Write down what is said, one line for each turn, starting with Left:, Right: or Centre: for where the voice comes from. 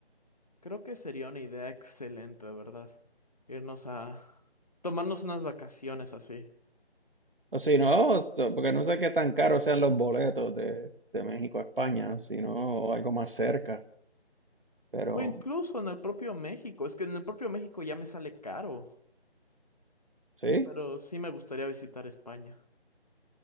Left: Creo que sería una idea excelente, de verdad. Irnos a tomarnos unas vacaciones así.
Right: O si no, esto- porque no sé qué tan caros sean los boletos de, de México a España, sino algo más cerca. Pero
Left: O incluso en el propio México. Es que en el propio México ya me sale caro.
Right: sí,
Left: Pero sí me gustaría visitar España.